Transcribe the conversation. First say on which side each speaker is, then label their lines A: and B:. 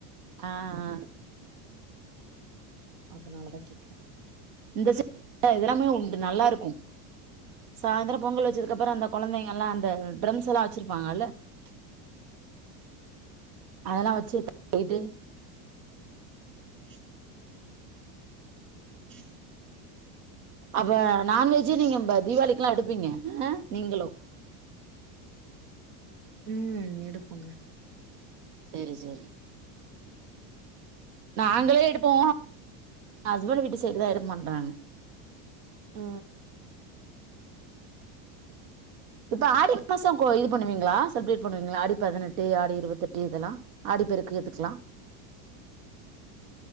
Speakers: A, on the right; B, on the right.
A: ஆ ஆ
B: அதனாலதா கேக்குற
A: இந்த சைடுல இதல்லாமே உண்டு நல்லா இருக்கு சாயந்தரோ பொங்கல் வச்சதுக்கு அப்பறோ அந்த கொழந்தைங்க எல்லா அந்த டிரம்ஸ் எல்லா வச்சிருப்பாங்கல்ல
B: ம்
A: அதெல்லா வச்சு போயிட்டு
B: ஹ <unintelligible>
A: அப்ப நான்வெஜ்ஜு நீங்க ப தீபாளிக்குல்லா எடுப்பீங்க அ நீங்களு
B: ம் எடுப்போங்க
A: செரி செரி நாங்களே எடுப்போ ஹஸ்பண்ட் வீட்டு சைடுதா எடுக்க மாட்றாங்க
B: ஆ
A: இப்ப ஆடி மாசோ கோ இது பண்ணுவீங்ளா செலிப்ரேட் பண்ணுவீங்ளா ஆடி பதினெட்டு ஆடி இருபத்தெட்டு இதெல்லா ஆடி பெருக்கு இதுக்குலா